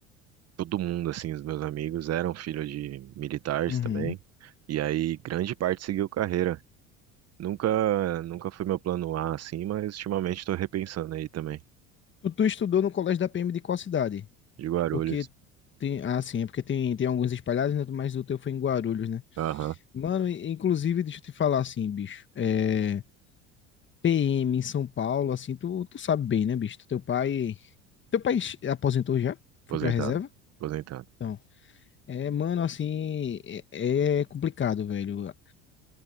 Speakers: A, on the right (about 45°); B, on the left (about 35°).
A: todo mundo, assim, os meus amigos eram filhos de militares
B: uhum.
A: também, e aí grande parte seguiu carreira. Nunca, nunca foi meu plano A, assim, mas ultimamente estou repensando aí também,
B: Tu, tu estudou no colégio da PM de qual cidade?
A: de Guarulhos.
B: Porque tem, ah, sim, é porque tem, tem alguns espalhados, né? Mas o teu foi em Guarulhos, né?
A: Aham,
B: Mano, i- inclusive, deixa eu te falar assim, bicho. É, PM em São Paulo, assim, tu, tu sabe bem, né, bicho? Teu pai. Teu pai aposentou já? Foi
A: aposentado,
B: pra reserva?
A: aposentado.
B: Então. É, mano, assim, é, é complicado, velho.